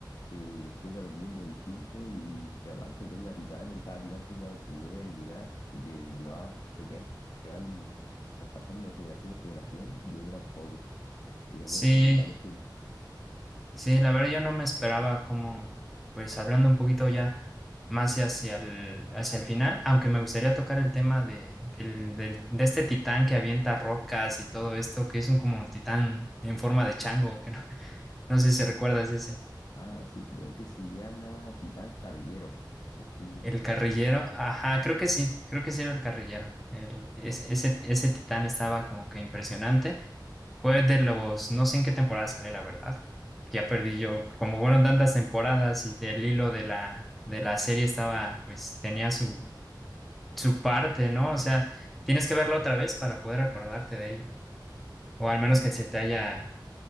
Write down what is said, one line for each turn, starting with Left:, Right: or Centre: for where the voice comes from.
Left: te explican un mundo distinto y que aparte tenga titanes y cada titán tenga su propia habilidad y que lo más choqueante, se van traspasando generación en generación y ya duran poco, y ya
Centre: Sí,
Left: que son en varios puntos.
Centre: sí, la verdad yo no me esperaba como, pues, hablando un poquito ya más hacia el, hacia el final, aunque me gustaría tocar el tema de, del, del- de este titán que avienta rocas y todo esto, que es un como titán en forma de chango, que no No sé si recuerdas ese.
Left: Ah, sí, creo que se llama Titán Carguero. No sé si...
Centre: El carrillero. Ajá, creo que sí. Creo que sí era el carrillero. El, ese, ese, ese titán estaba como que impresionante. Fue de los, no sé en qué temporada sale, la verdad. Ya perdí yo. Como fueron tantas temporadas y del hilo de la, de la serie estaba, pues tenía su, su parte, ¿no?
Left: <clears throat>
Centre: O sea, tienes que verla otra vez para poder acordarte de ello. O al menos
Left: el-
Centre: que se te haya